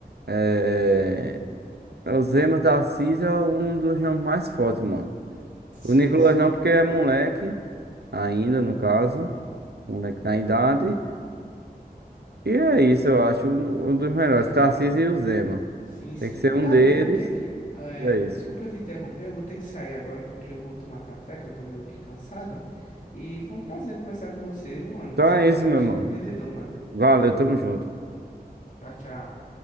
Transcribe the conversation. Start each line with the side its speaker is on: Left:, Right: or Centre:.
Right: é... é, O Zema, Tarcísio é um dos nomes mais fortes, mano.
Left: Sim,
Right: O Nicolas
Left: sim.
Right: não, porque é moleque, ainda no caso, moleque na idade. E é isso, eu acho um um dos melhores,
Left: Aham.
Right: Tarcísio e o Zema.
Left: Sim, sim.
Right: Tem que ser um
Left: Cara,
Right: deles,
Left: eu vou ter que. eh,
Right: é isso.
Left: desculpa te interromper, eu vou ter que sair agora porque eu vou tomar café, que eu tô meio que cansado. E foi um prazer conversar com você, viu, mano?
Right: Então
Left: Você
Right: é
Left: é um cara
Right: isso,
Left: bastante
Right: meu mano.
Left: entendedor, mano.
Right: Valeu, tamo junto.
Left: Tchau, tchau.